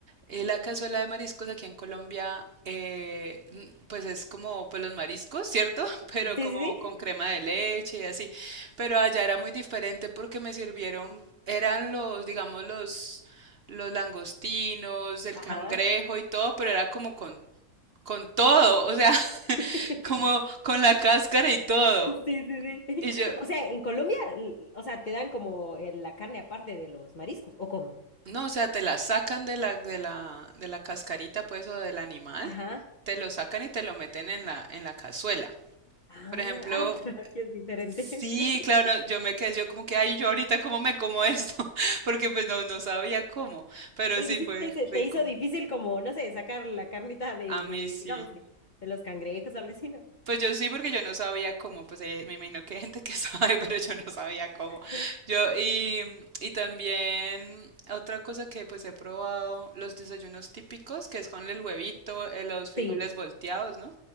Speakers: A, on the right (about 55°); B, on the left (about 45°).
A: Eh, la cazuela de mariscos aquí en Colombia, eh, n- pues es como pues los mariscos, ¿cierto? <laughs> Pero
B: Sí,
A: como
B: sí,
A: con
B: sí.
A: crema de leche y así. Pero allá era muy diferente porque me sirvieron, eran los, digamos, los, los langostinos, el
B: Ajá.
A: cangrejo y todo, pero era como con, con todo, o sea, <laughs>
B: <laughs>
A: como con la cáscara y todo.
B: Sí, sí, sí.
A: Y yo,
B: <laughs> O sea, en Colombia, l- o sea, te dan como eh, la carne aparte de los mariscos, ¿o cómo?
A: No, o sea, te la sacan de la, de la, de la cascarita, pues, o del animal,
B: Ajá.
A: te lo sacan y te lo meten en la, en la cazuela.
B: Ah,
A: Por ejemplo,
B: ah, <laughs> pero aquí es diferente.
A: sí,
B: <laughs>
A: claro, no, yo me quedé, yo como que, ay, yo ahorita cómo me como esto, <laughs> porque pues no, no sabía cómo, pero
B: ¿Y
A: sí
B: si
A: fue
B: te, se te
A: rico.
B: hizo difícil como, no sé, sacar la carnita de,
A: A
B: de,
A: mí sí.
B: digamos que, de los cangrejos o algo así, ¿no?
A: Pues yo sí, porque yo no sabía cómo, pues eh, me imagino que hay gente que <laughs> sabe, pero yo no sabía cómo.
B: <laughs>
A: Yo, y, y también otra cosa que pues he probado, los desayunos típicos, que es con el huevito, eh, los frijoles
B: Sí,
A: volteados, ¿no?